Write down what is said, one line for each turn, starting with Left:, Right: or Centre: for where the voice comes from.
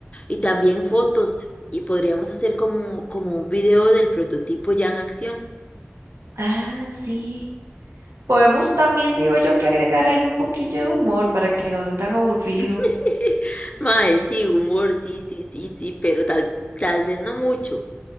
Left: y también fotos. Y podríamos hacer como, como un video del prototipo ya en acción.
Right: Ah, sí. Podemos también, digo yo, que agregar ahí un poquillo de humor para que no sea tan aburrido.
Left: <laughs> Mae, sí, humor, sí, sí, sí, sí, pero tal, tal vez no mucho.